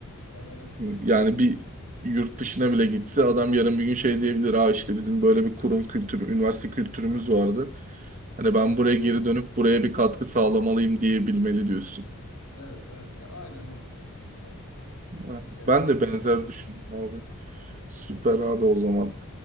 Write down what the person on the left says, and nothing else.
Ya ben o fikirdeyim.
Evet.
Evet evet ya aynen o fikirdeyim yani.
Gerçekten
öyle.
Hı.